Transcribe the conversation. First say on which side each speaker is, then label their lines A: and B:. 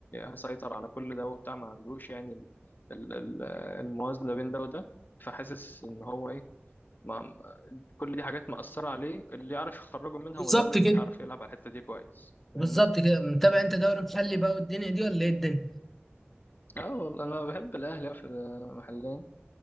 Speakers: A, on the left; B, in the centre.
A: يسيطر على كل ده وبتاع ما عندوش يعني ال- ال- ال- الموازنة بين ده وده فحاسس ان هو ايه ما كل دي حاجات مأثرة عليه اللي يعرف يخرجه منها
B: بالظبط
A: مدرب
B: كده
A: بيعرف يلعب على الحتة دي كويس
B: بالظبط
A: فاهمني
B: كده متابع انت دوري محلي بقى والدنيا دي ولا ايه الدنيا
A: اه والله انا بحب الاهلي في محلين